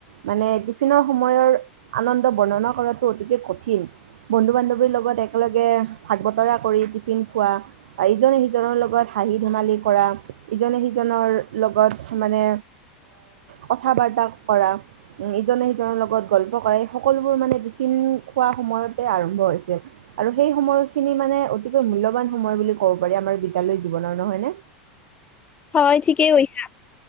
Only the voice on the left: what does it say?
হয়, ঠিকেই কৈছা